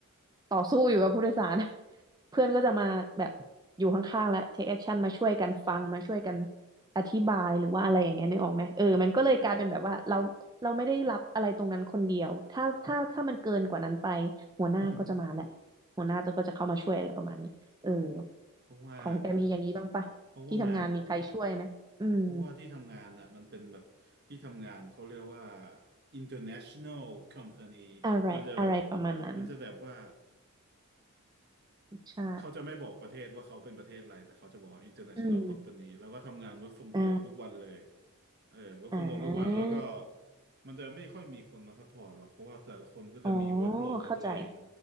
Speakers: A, on the right; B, on the right.
A: ต่อสู้อยู่กับผู้โดยสาร <laughs> เพื่อนก็จะมาแบบอยู่ข้างๆและ take action มาช่วยกันฟังมาช่วยกันอธิบายหรือว่าอะไรอย่างเงี้ยนึกออกไหมเออมันก็เลยกลายเป็นแบบว่าเราเราไม่ได้รับอะไรตรงนั้นคนเดียวถ้าถ้าถ้ามันเกินกว่านั้นไป
B: เออดีดี <coughs>
A: หัวหน้าก็จะมาแหละ
B: <clears throat>
A: หัวหน้าจะก็จะเข้ามาช่วยอะไรประมาณนี้เออ
B: เพราะว่า
A: ของแกมีอย่างนี้บ้างปะที่ทำงานมีใครช่วยไหมอืม
B: เพราะว่างานเพราะว่าที่ทำงานอ่ะมันเป็นแบบที่ทำงานเขาเรียกว่า international company
A: อะไรอะไรประมาณนั้น
B: มันจะแบบมันจะแบบว่า
A: ใช่
B: เขาจะไม่บอกประเทศว่าเขาเป็นประเทศอะไรแต่เขาจะบอกว่า international
A: อืม
B: company แล้วก็ทำงาน work from
A: อ่า
B: home ทุกวันเลยเออ work
A: อ่า
B: from home ทุกวันแล้วก็มันจะไม่ค่อยมีคนมาซัพพอร์ตหรอกเพราะว่าแต่ละคนก็จะมี
A: อ๋อ
B: workload ของตัวเอง
A: เข้าใจ